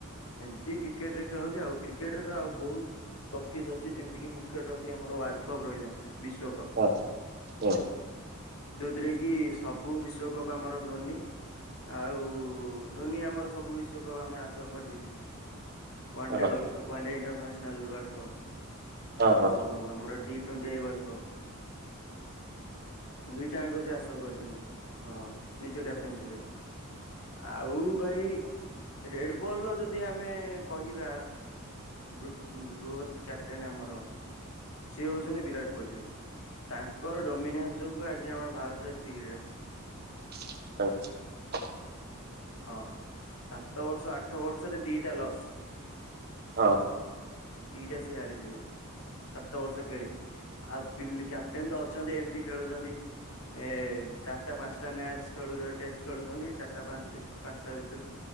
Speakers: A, on the left; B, on the right.
A: ଏମିତି କ୍ରିକେଟ ରେ ଖେଳନ୍ତି ଆଉ କ୍ରିକେଟରେ ତ ଆଉ ବହୁତ ଟ୍ରଫି ଅଛି ଯେମିତି କିି ମୁଖ୍ୟ ଟ୍ରଫି ଆମର ୱାର୍ଲଡ କପ୍ ରହିଲା। ବିଶ୍ଵକପ
B: ହଁ ହୁଁ।
A: ଯୋଉଥିରେ କି ସବୁ ବିଶ୍ଵକପ୍ ଆମର ଧୋନି ଆଉ ଧୋନି ଆମର ସବୁ ବିଶ୍ଵକପ୍ ଆମର ଚାଷ କରିଦେଇଛନ୍ତି। one day
B: ହଁ
A: one day in international world cup. ଆଉ
B: ହଁ ହଁ
A: ଆମର ଟି ଟ୍ବେଣ୍ଟି ଆଇ ୱାଲଡ କପ। ଦୁଇଟା ଯାଙ୍କ ସେ ହାସଲ କରିଛନ୍ତି। ହଁ ନିଜ କାପ୍ <unintelligible> ଆଉ ଭାଇ ରେଡବଲ ର ଯଦି ଆମେ କହିବା ବୃ ବୃହତ କ୍ୟାପଟେନ ଆମର ସିଏ ହଉଛନ୍ତି ବିରାଟ କୋହଲି ଭାଇ। ତାଙ୍କର ଡୋମିନା ଯୋଗୁ ଆଜି ଆମର ଭାରତ ଏତିକିରେ ଅଛି।
B: ଆଚ୍ଛା।
A: ହଁ। ସାତ ବର୍ଷ ଆଠ ବର୍ <unintelligible> ଦିଟା ଲସ୍।
B: ହଁ।
A: ଦିଟା ସେ ହାରିଥିଲେ ସାତ ବର୍ଷ ଖେଳିକି ଆଉ କ୍ୟାପଟେନ ତ ଅଛନ୍ତି ଏମତି ଖେଳୁଛନ୍ତି ଏ ଚାରିଟା ପାଞ୍ଚଟା ମ୍ୟାଚ ଖେଳ ଟେଷ୍ଟ ଖେଳୁଛନ୍ତି ଚାରିଟା ପାଞ୍ଚ ପାଞ୍ଚଟା ଭିତରୁ